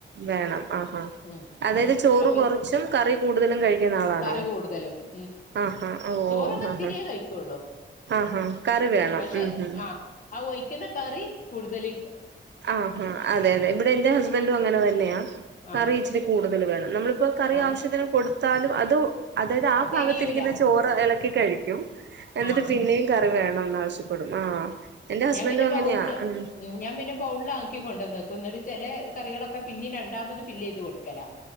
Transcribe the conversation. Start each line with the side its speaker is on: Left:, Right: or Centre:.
Right: വേണം ആഹ് ആഹ്
Left: ഉം
Right: അതായത്
Left: ഉം
Right: ചോറ്
Left: അപ്പൊ
Right: കുറച്ചും കറി കൂടുതലും കഴിക്കുന്ന ആളാണോ.
Left: കറി കൂടുതലും ഉം
Right: ആഹ് ആഹ്
Left: ചോറൊക്കെ
Right: ഓ ആഹ്
Left: ഇത്തിരിയേ കഴിക്കുള്ളൂ
Right: ആഹ് ആഹ് കറി വേണം
Left: പക്ഷെ
Right: ഉഹും
Left: ആഹ് ആ ഒഴിക്കുന്ന കറി കൂടുതലേ
Right: ആഹ് ആഹ് അതെ അതെ ഇവിടെ എന്റെ ഹസ്ബൻഡും അങ്ങനെ തന്നെയാ. കറി
Left: ആഹ്
Right: ഇച്ചിരി കൂടുതൽ വേണം നമ്മളിപ്പോ കറി
Left: ആഹ്
Right: ആവശ്യത്തിന് കൊടുത്താലും അതു അതായത് ആ
Left: തികയൂല
Right: ഭാഗത്തിരിക്കുന്ന ചോറ് ഇളക്കി കഴിക്കും. എന്നിട്ട്
Left: ആഹ്
Right: പിന്നെയും കറി വേണന്ന് ആവശ്യപ്പെടും ആഹ് എന്റെ ഹസ്ബൻഡും
Left: ഞാൻ പിന്നെ
Right: അങ്ങനെയാ
Left: ബൗളില്
Right: ഉം.
Left: ഉം ഞാൻ പിന്നെ ബൗളിൽ ആക്കി കൊണ്ടന്നക്കും എന്നിട്ട് ചില കറികളൊക്കെ പിന്നെയും രണ്ടാമത് ഫില് ചെയ്ത് കൊടുക്കല.